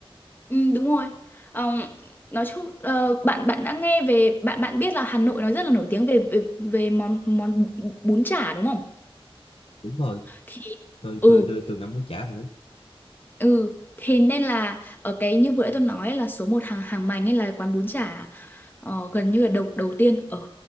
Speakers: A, on the left; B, on the left.
A: Ừ, đúng rồi. Ờ, nói chung ờ, bạn bạn đã nghe về bạn bạn biết là Hà Nội nó rất là nổi tiếng về về, về món món bún chả đúng không?
B: đúng rồi
A: Thì
B: tôi
A: ừ
B: tôi tôi từng ăn bún chả rồi đấy
A: ừ thì nên là ở cái như vừa nãy tôi nói là số một hàng hàng mành ấy là quán bún chả ờ, gần như là đầu đầu tiên ở